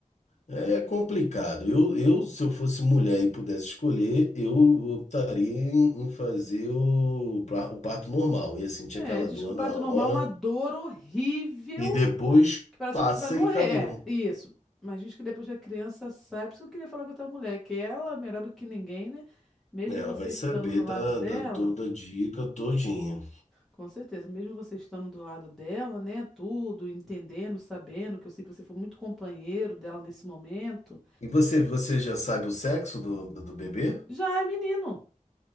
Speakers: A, on the left; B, in the centre.
A: É complicado. Eu, eu, se eu fosse mulher e pudesse escolher, eu optaria em, em fazer o, pra- o parto normal. Ia sentir
B: É,
A: aquela
B: diz
A: dor
B: que o parto
A: na hora
B: normal é uma dor horrível.
A: e depois
B: Que parece
A: passa
B: que você vai morrer.
A: e acabou.
B: É, isso. Mas diz que depois que a criança sai, por isso que eu queria falar com a tua mulher, que ela é melhor do que ninguém, né? Mesmo
A: É, Ela
B: você
A: vai saber
B: estando do
A: da,
B: lado dela,
A: da toda a dica todinha.
B: com certeza, mesmo você estando do lado dela, né? Tudo, entendendo, sabendo, que eu sei que você foi muito companheiro dela nesse momento,
A: E você, você já sabe o sexo do, do, do bebê?
B: já é menino.